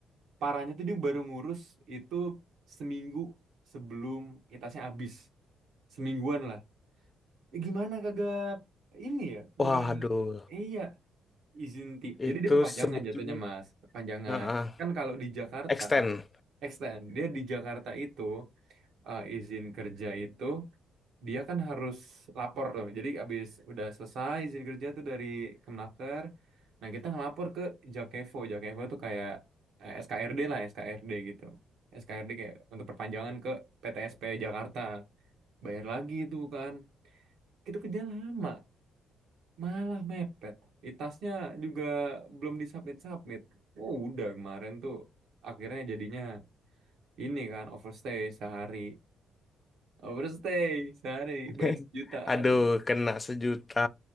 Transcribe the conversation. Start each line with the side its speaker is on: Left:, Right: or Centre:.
Right: parahnya tuh dia baru ngurus itu seminggu sebelum itasnya habis semingguan lah Gimana kagak ini ya?
Left: Waduh,
Right: Enggak. Iya, izin ti. Jadi
Left: itu
Right: dia perpanjangan
Left: sebujur
Right: jatuhnya, Mas. Perpanjangan.
Left: Nah, ah,
Right: Kan kalau di Jakarta,
Left: extend.
Right: extend. Dia di Jakarta itu eh, izin kerja itu dia kan harus lapor tuh. Jadi abis udah selesai izin kerja tuh dari Kemnaker. Nah, kita ngelapor ke Jakevo. Jakevo tuh kayak eh, SKRD lah, SKRD gitu. SKRD kayak untuk perpanjangan ke PTSP Jakarta. Bayar lagi itu kan. Itu kerja lama. Malah mepet. Itasnya juga belum disubmit-submit. Oh, udah kemarin tuh akhirnya jadinya ini kan overstay sehari. Overstay sehari
Left: <laughs>
Right: bayar sejuta.
Left: Aduh,
Right: Aduh,
Left: kena sejuta.